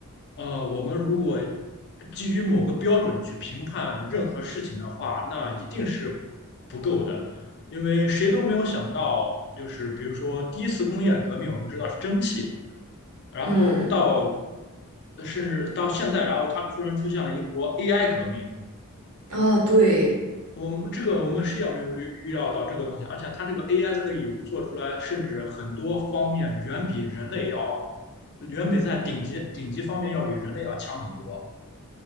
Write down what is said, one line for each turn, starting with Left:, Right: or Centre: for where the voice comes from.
Left: 呃，我们如果基于某个标准去评判任何事情的话，那一定是不够的，因为谁都没有想到，就是比如说第一次工业革命，我们知道是蒸汽，然后到
Right: 嗯，
Left: 呃甚至到现在，然后它突然出现了一波 AI 革命，
Right: 啊，对，
Left: 我们这个我们是要没有预预料到这个东西，而且它这个 AI 可以做出来，甚至很多方面远比人类要，远比在顶级顶级方面要比人类要强很多。